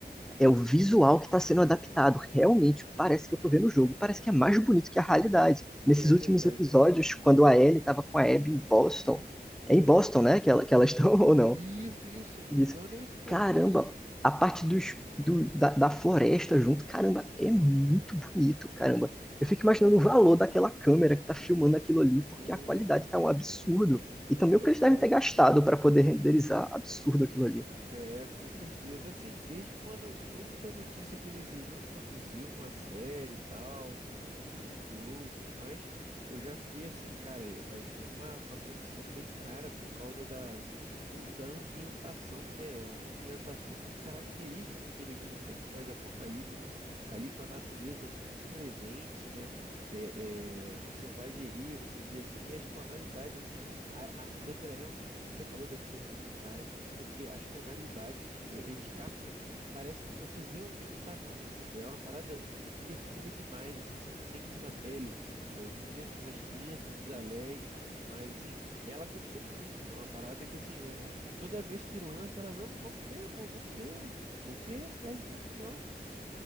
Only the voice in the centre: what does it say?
é o visual que está sendo adaptado. Realmente parece que eu estou vendo o jogo, e parece que é mais bonito que a realidade. Nesses
últimos
episódios, quando a Ellie estava com a Abby em Boston, é em Boston, né, que, ela, que elas estão <laughs> ou não?
E
disse,
caramba, a parte dos, do, da, da floresta junto, caramba, é muito bonito, caramba. Eu fico imaginando o valor daquela câmera que está filmando aquilo ali, porque
a qualidade está um absurdo. E também
o que eles devem ter gastado para poder renderizar, absurdo aquilo ali.